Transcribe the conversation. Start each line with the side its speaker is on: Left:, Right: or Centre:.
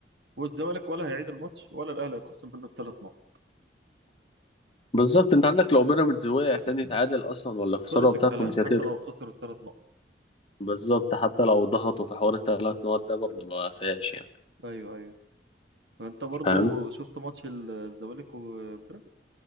Right: والزمالك ولا هيعيد الماتش ولا الاهلي هيتخصم منه الثلاث نقط
Left: بالظبط انت عندك لو بيراميدز وقع تاني يتعادل اصلا ولا خساره
Right: خلص
Left: وبتاع
Right: الكلام
Left: فمش هتفرق
Right: حتى لو خسر الثلاث نقط
Left: بالظبط حتى لو ضغطوا في حوار الثلاث نقط ده برضه ما فيهاش يعني
Right: ايوه ايوه انت برضو
Left: فاهم
Right: شفت ماتش ال- الزمالك وبيراميدز